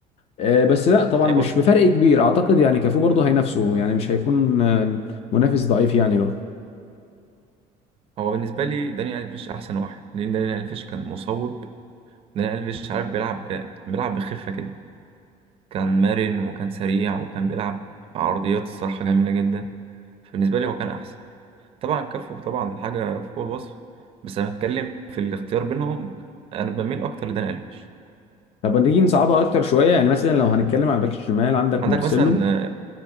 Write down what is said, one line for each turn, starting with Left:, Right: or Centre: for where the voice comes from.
Left: آه، بس لا طبعا
Right: ايوه
Left: مش بفرق كبير اعتقد يعني كافو برضه هينافسه يعني مش هيكون آه، منافس ضعيف يعني له
Right: هو بالنسبه لي داني الفيش احسن واحد لان داني الفيش كان مصوب داني الفيش عارف بيلعب بيلعب بخفه كده كان مرن وكان سريع وكان بيلعب عرضيات الصراحه جميله جدا فبالنسبه لي هو كان احسن طبعا كافو طبعا حاجه فوق الوصف بس انا بتكلم في الاختيار بينهم انا بميل اكتر لداني الفيش
Left: طب نيجي نصعبها اكتر شويه يعني مثلا لو هنتكلم على الباك الشمال عندك
Right: عندك
Left: مارسيلو
Right: مثلا آه،